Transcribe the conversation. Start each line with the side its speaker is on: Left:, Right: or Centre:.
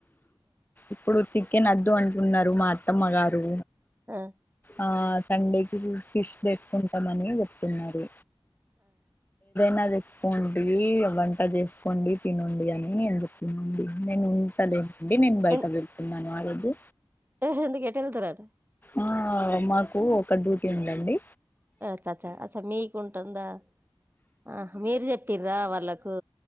Left: ఇప్పుడు చికెన్ వద్దు అంటున్నారు మా అత్తమ్మ గారు
Right: ఆ
Left: ఆ సండేకి కిష్ తెసుుకుంటామని చెప్తున్నారు నా తెసుకోండి వంట చేసుకోండి తినండి అని ఎందుకు తినండి నేను ఉంటలేమండి నేను బయట
Right: ఎ
Left: వెళ్తున్నాను ఆ రోజు
Right: ఎందుకు ఎటు వెళ్తున్నారు
Left: ఆ మాకు ఒక డ్యూటీ ఉందండి
Right: చ్చ అచ్చ మీకు ఉంటుందా ఆ మీరు చెప్ప్రా వాళ్ళకు